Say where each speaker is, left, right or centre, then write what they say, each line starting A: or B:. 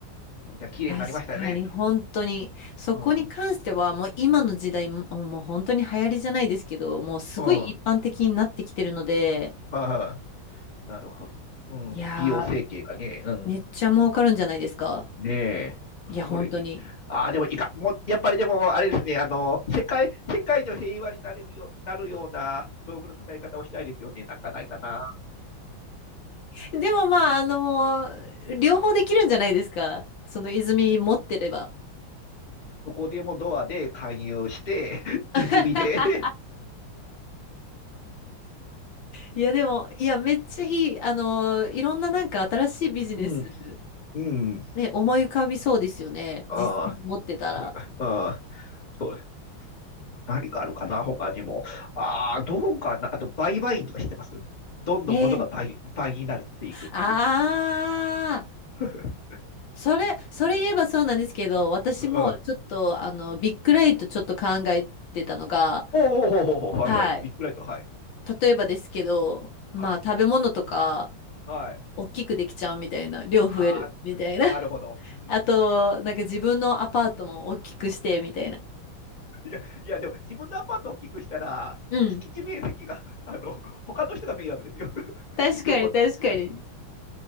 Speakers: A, on the left; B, on the left.
A: うんじゃあ、綺麗になりましたねって。
B: 確かに、本当に。そこに関しては、
A: うん。
B: もう今の時代、もうもう本当に流行りじゃないですけど、もうすごい一般的になってきてるので、
A: うん。はいはいなるほど。うん、
B: いや
A: 美容整形がね、うん。
B: ー、めっちゃ儲かるんじゃないですか。
A: ねえ、
B: いや、本当に。
A: それいい。ああ、でもいいか。もう、やっぱりでも、あれですね、あの、世界、世界の平和になれるよ、なるような道具の使い方をしたいですよね。なんかないかな。
B: でもまあ、あの、両方できるんじゃないですか。その泉持ってれば。
A: どこでもドアで勧誘して、<laughs> 泉で
B: <laughs> いや、でも、いや、めっちゃいい。あのいろんななんか新しいビジネス、
A: <laughs> うん、うん。
B: ね、思い浮かびそうですよね。
A: あ
B: 実際に持ってたら。
A: あ、ああ、そうです。何かあるかな、他にも。ああ、どうかな。あと、売買員とかしてますどんどん物が倍、
B: え
A: 倍になっていくっていう。
B: ああー、
A: <laughs>
B: それ、それ言えばそうなんですけど、私もちょっと、
A: うん、
B: あの、ビッグライトちょっと考えてたのが、
A: おおおおおお、はいはい。
B: はい。
A: ビッグライト、はい。
B: 例えばですけど、まあ、
A: はい。
B: 食べ物とか、
A: はい。
B: 大きくできちゃうみたいな、量増えるみたいな。
A: ああ、なるほど。
B: <laughs>
A: うん。
B: あと、なんか自分のアパートも大きくしてみたいな。
A: いや、いや、でも自分のアパート大きくしたら、
B: うん。
A: 敷地面積が、あの、他の人が迷惑ですよ。<laughs>
B: 確かに、
A: 横。<laughs>
B: 確かに。